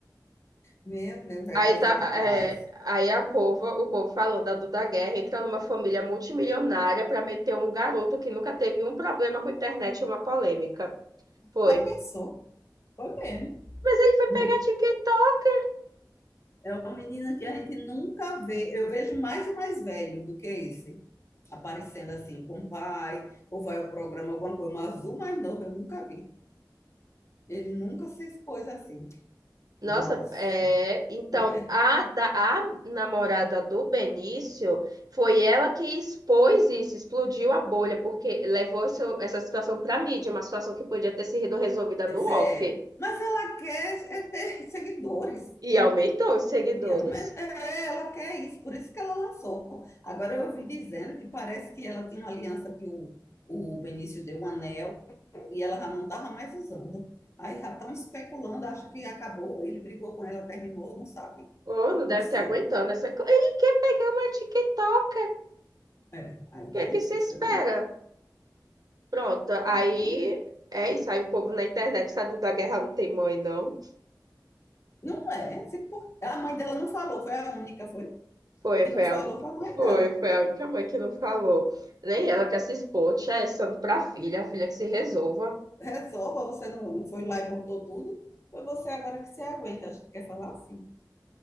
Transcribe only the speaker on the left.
Meu Deus, é
coisa
demais.
Já pensou? Foi mesmo.
Não.
É uma menina que a gente nunca vê. Eu vejo mais o mais velho do que esse. Aparecendo assim com o pai, ou vai ao programa, alguma coisa. Mas azul mais novo eu nunca vi. Ele nunca se expôs assim.
Nossa.
É, é,
é. Mas ela quer é ter seguidores.
E ela, mas é, ela quer isso, por isso que ela lançou. Agora eu ouvi dizendo que parece que ela tinha uma aliança que o, o Benício deu um anel e ela já não estava mais usando. Aí já estão especulando, acho que acabou, ele brigou com ela, terminou, não sabe.
Não sei.
É. Aí
tá
difícil,
né?
Realmente.
Não é. Se por- A mãe dela não falou, foi a única, foi.
Que
não falou
foi a mãe
dela.
Resolva, você não, não foi lá e botou tudo. Foi você agora que se aguenta. Acho que quer falar assim.